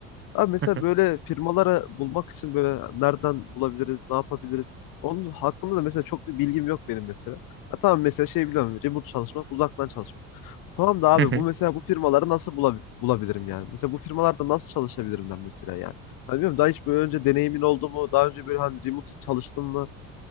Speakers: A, on the left (about 75°); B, on the right (about 35°).
A: Abi mesela
B: Hı hı,
A: böyle firmaları bulmak için böyle nereden bulabiliriz, ne yapabiliriz? Onun hakkında da mesela çok bir bilgim yok benim mesela. Ha, tamam mesela şey biliyorum remote çalışmak, uzaktan çalışmak. Tamam da abi
B: hı hı,
A: bu mesela bu firmaları nasıl bulabi- bulabilirim yani? Mesela bu firmalarda nasıl çalışabilirim ben mesela yani? Hani bilmiyorum daha hiç böyle önce deneyimin oldu mu? Daha önce böyle hani remote çalıştın mı?